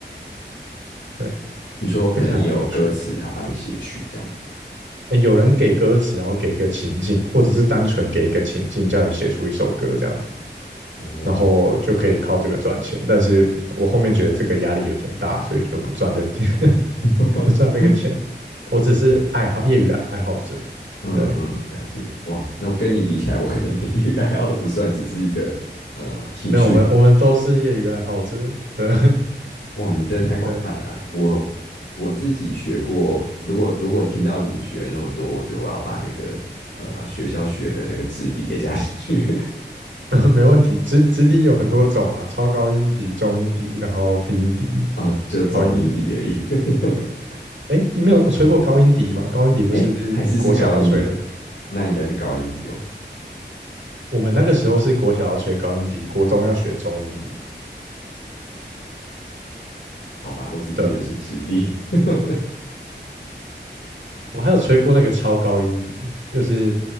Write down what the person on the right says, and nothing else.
对，
这个还蛮有趣的。欸
有人给歌词，然后给一个情境，或者是单纯给一个情境，叫你写出一首歌这样子，
然后就可以靠这个赚钱。但是我后面觉得这个压力有点大，所以就不赚这
<laughs> 不赚这个钱。我只是爱好业余爱好者，
对，
没有我们我们都是业余爱好者，对
<laughs> 对。
<laughs> 没问题。直直笛有很多种嘛，超高音笛、中音笛，然后低音笛、
高音笛。
哎，你没有吹过高音笛吗？高音笛不是国小要吹的，
我们那个时候是国小要吹高音笛，国中要学中音笛。
对啊，对
我还有吹过那个超高音笛，就是